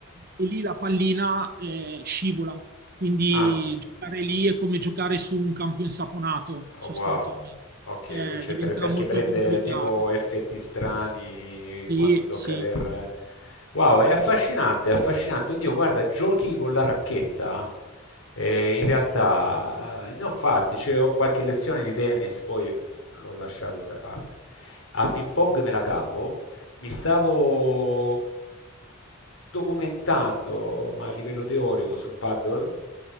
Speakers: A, on the right (about 40°); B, on the left (about 60°).
A: E lì la pallina eh, scivola, quindi
B: Ah,
A: giocare lì è come giocare su un campo insaponato,
B: oh,
A: sostanzialmente.
B: wow. Ok,
A: Eh,
B: qui c'è
A: diventa
B: per- perché
A: molto
B: prende
A: complicato.
B: tipo effetti strani
A: Sì,
B: quando tocca
A: sì,
B: terra. eh. Wow, è affascinante, è affascinante. Oddio, guarda, giochi con la racchetta. eh, in realtà eh, ne ho fatti, cioè, ho qualche lezione di tennis, poi l'ho lasciato da parte. A ping pong me la cavo, mi stavo mm, documentando, ma a livello teorico, sul paddle.